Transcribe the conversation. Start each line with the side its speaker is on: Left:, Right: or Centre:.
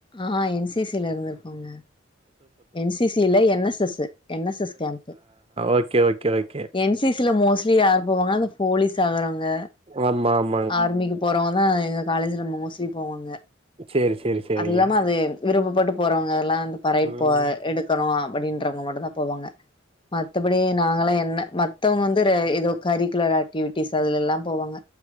Left: ஆ என் சி சி ல இருந்துருக்கோங்க என் சி சி இல்ல N S S N S S camp
Right: okay okay okay
Left: N C C ல மோஸ்லி யார் போவாங்கனா இந்த போலிஸ் ஆகுறவ்ங்க
Right: ஆமா ஆ
Left: ஆர்மிக்கு போறவ்ங்க தா எங்க காலேஜ்ல மோஸ்லி போவாங்க
Right: சேரி சேரி சேரிங்க
Left: அது இல்லாம அது விருப்பப்பட்டு போறவங்கல்லா இந்த பறையட்
Right: ம்
Left: போ எடுக்கனு அப்புடின்றவ்ங்க மட்டுதா போவாங்க மத்தபடி நாங்களா என்ன மத்தவுங்க வந்து ரே எ தோ கரிக்குலர் ஆக்டிவிட்டிஸ் அதுலல்லா போவாங்க